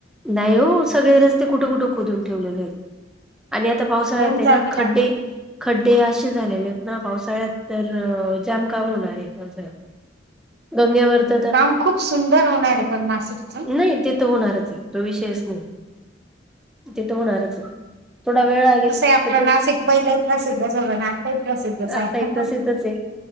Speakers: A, in the centre; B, on the right.
A: नाही हो सगळे रस्ते कुठं कुठं खोदून ठेवलेले आहेत. आणि आता पावसाळ्यात
B: होऊन जातील
A: ना खड्डे
B: आता
A: खड्डे असे झालेले आहेत ना पावसा सगळ्यात तर जाम काम होणारं पावसाळ्यात, धन्यवाद!
B: काम खूप सुंदर होणार आहे पण नाशिकच
A: नाही, ते तर होणारच आहे. तो विषयच नाही तिथ होणारच आहे. थोडा वेळ लागेल
B: कसं आहे आपलं
A: तर तेच
B: नाशिक पहिलंही प्रसिद्धच होतं ना आताही प्रसिद्धच
A: आता
B: आहे
A: ह प्रसिद्धच य.